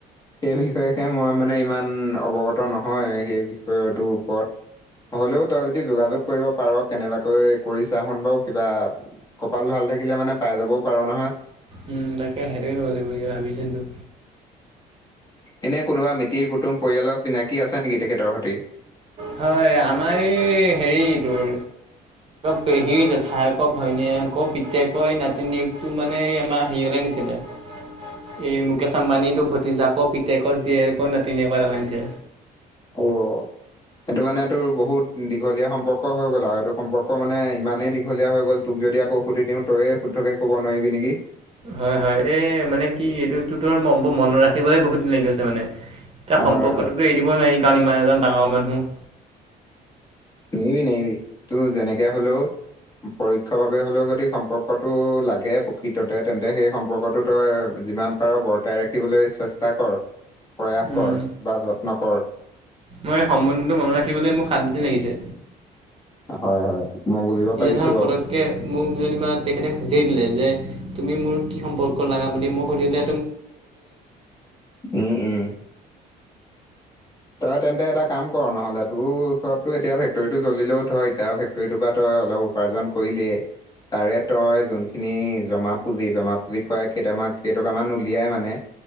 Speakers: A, on the left; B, on the right.
A: সেই বিষয়েহে মই মানে ইমান অৱগত। ত নহয় সেই বিষয়টোৰ ওপৰত হলেও তই যদি যোগাযোগ কৰিব পাৰ কেনেবাকৈ কৰিছা হুন বাৰু কিবা কপাল ভাল থাকিলে মানে পাই যাবও পাৰ নহয়।
B: উম তাকে সেটোকে কৰিব লাগিব এতিয়া ভাবিছিলোঁ
A: এনে কোনোবা মিতিৰ কুটুম পৰিয়ালৰ চিনাকি আছে নেকি তেখেতৰ সতি।
B: হয় আমাৰ এই হেৰিটোৰ পেহী জেঠাইক ভৈনীয়েকক পিতকৰ নাতিনীয়েক টোৰ মানে এই আমাৰ সেই অলে নিছিলে সেই মুকেশ আম্বানী ভতিজাক পিতেকক ক জিয়েকৰ নাতিনীয়েক
A: অ, এইটো মানে তোৰ বহুত দীঘলীয়া সম্পৰ্ক হৈ গ'ল আৰু এইটো সম্পৰ্ক মানে ইমানেই দীঘলীয়া হৈ গ'ল। তোক যদি আকৌ সুধি দিওঁ তইয়ে শুদ্ধকে ক'ব নোৱাৰিবি নেকি?
B: হয় হয় এই মানে কি এইটোতো তোৰ মনত ৰাখিবলৈ বহুত দিন লাগি গৈছে মানে। এতিয়া সম্পৰ্কটোতো
A: হয় হয়,
B: এৰি দিবই নোৱাৰি কাৰণ ইমান এজন ডাঙৰ মানুহ
A: নেৰিবি নেৰিবি টো যেনেকে হলেও। পৰোক্ষৰ ভাবে হ'লেও যদি সম্পৰ্কটো লাগে প্ৰকৃততে তেন্তে সেই সম্পৰ্কটো তই যিমান। বৰ্তাই ৰাখিবলৈ চেষ্টা কৰ প্ৰয়াস
B: উম
A: কৰ বা যত্ন কৰ।
B: মই এই সম্বন্ধটো মনত ৰাখিবলৈ মোক সাতদিন লাগিছে।
A: হয় হয় মই বুজিব
B: এতিয়া
A: পাৰিছো
B: ধৰ
A: বাৰু
B: পতককৈ মোক যেনিবা তেখেতে সুধি দিলে যে তুমি মোৰ কি সম্পৰ্ক লগা বুলি মোক সুধিলে
A: উম উম, তই তেন্তে এটা কাম কৰ নহলে তোৰ ওচৰতো এতিয়া ফেক্টৰৰিটো জ্বলিলেও ধ এতিয়া তই সেইটোপা তই অলপ উপাৰ্জন কৰিলিয়েই তাৰে তই যোনখিনি জমা পুঁজি জমা পুজি পাই কেইটামান কেইটকামান উলিয়াই মানে